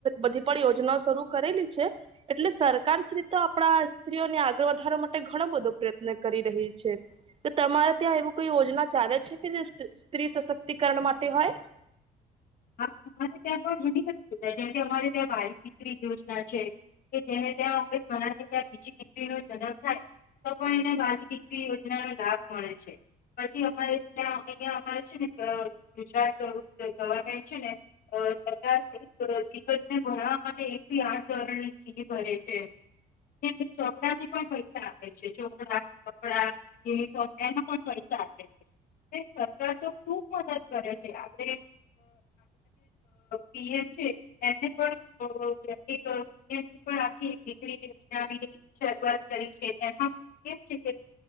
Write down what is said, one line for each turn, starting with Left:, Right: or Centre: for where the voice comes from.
Right: બધી પણ યોજના શરૂ કરેલી છે એટલે સરકારી તો આપણા સ્ત્રીઓને આગળ વધારવા માટે ઘણો બધો પ્રયત્ન કરી રહી છે તો તમારે ત્યાં એવું કોઈ યોજના ચાલે છે કે જે સ્ત્રી સશક્તિકરણ માટે હોય.
Left: હા ત્યાં પણ જુ નથી જે કે અમારે ત્યાં વાલી દીકરી યોજના છે કે જે ત્યાં ઘણાથી ત્યાં બીજી દીકરી નો જન્મ થાય તો પણ એને વાલી દીકરી યોજના ન લાભ મળે છે પછી અમારે ત્યાં અહં અમારે છે ને ગુજરાત ગવર્મેન્ટ સરકાર એક વિગતને ભણવા માટે એક થી આઠ ધોરણ ની સી ભરે છે ચોપડા ને પણ પૈસા આપે છે ચોપડા કપડા યુનફોમ એના પણ પૈસા આપે છે સરકાર તો ખુબ મદદ કરે છે આપણે પીએમ છે એમને પણ આખી દીકરી યોજનાની શરૂઆત કરી છે એમાં કેમ છે કે